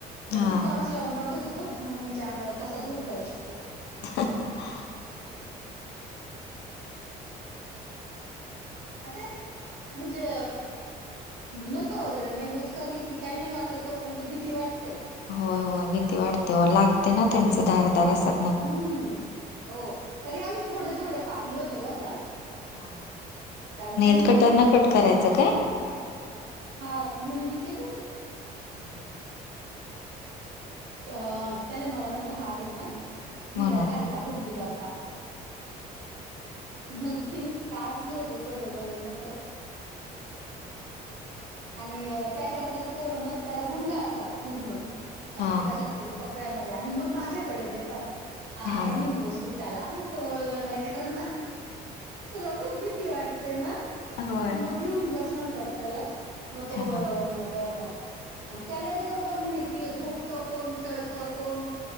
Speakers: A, on the right; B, on the left.
A: तर
B: हा
A: ती टॉर्च लावून दाखवती बघ मम्मीच्या अंगावर कसा झोपलाय चिको.
B: <unintelligible>
A: <unintelligible> म्हणजे नखं वगैरे नाही बोचकारली की काही नाही वाटत ओ, पण ती भीती वाटते.
B: होय होय भीती वाटते ओ लागते ना त्यांचे धारदार असत्यात.
A: अं हो तरी आम्ही थोडे थोडे कापले होते बर का.
B: हा
A: कारण त्याने
B: नेल कटर
A: मला
B: न
A: एकदम,
B: कट करायचं काय हा
A: हा मुलीनी केले होते.
B: हा,
A: अ त्याने मला ना नखं मारली ना मी
B: म्हणून
A: त्याला खाली टाकून दिला होता. मग ते मी कापली होते, थोडे थोडे नखं. आणि काय करतात पोरं मग त्याला गुंडाळतात पूर्ण. असं
B: हा
A: कशात तरी, कपड्यामध्ये आणि मग माझ्याकडे देतात. आ
B: हा
A: आता घेऊन बस तू त्याला तो वळवळ नाही करणार. तुला खूप भीती वाटते ना,
B: होय
A: मग घेऊन बस म्हणतात त्याला. मग तो
B: हा
A: वळवळ नाही करणार आणि त्यालाही माहिती आहे बरोबर झोप त कोण खेळतं, कोण